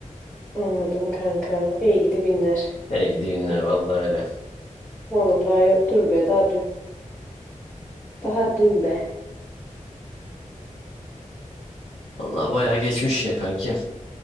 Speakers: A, in the centre; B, on the left.
A: Anladım kanka. İyi gidi günler.
B: Hey gidi günler vallahi öyle.
A: Oğlum daha yok. Dur be daha dün. Daha dün be.
B: Vallahi bayağı geçmiş yine kanki.